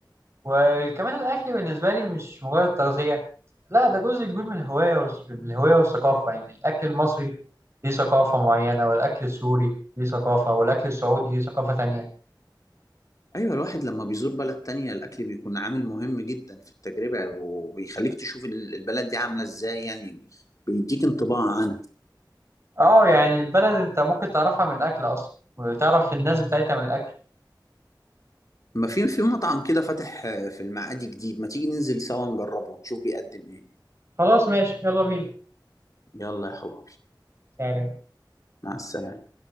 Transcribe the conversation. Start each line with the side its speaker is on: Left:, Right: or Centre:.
Right: وكمان الأكل بالنسبة لي مش مجرد تغذية لا ده جزء كبير من الهواية والس- من الهواية والثقافة يعني الأكل المصري ليه ثقافة معينة والأكل السوري ليه ثقافة والأكل السعودي ليه ثقافة تانية
Left: ايوه الواحد لما بيزور بلد تانية الاكل بيكون عامل مهم جدا في التجربة وبيخليك تشوف ال- البلد دي عاملة ازاي يعني بيديك انطباع عنها
Right: اه يعني البلد أنت ممكن تعرفها من الأكل أصلا وتعرف الناس بتاعتها من الأكل
Left: ما في في مطعم كده فاتح آه، في المعادي جديد ما تيجي ننزل سوا نجربه نشوف بيقدم ايه
Right: خلاص ماشي يلا بينا
Left: يلا يا حبي
Right: تعالى
Left: مع السلامة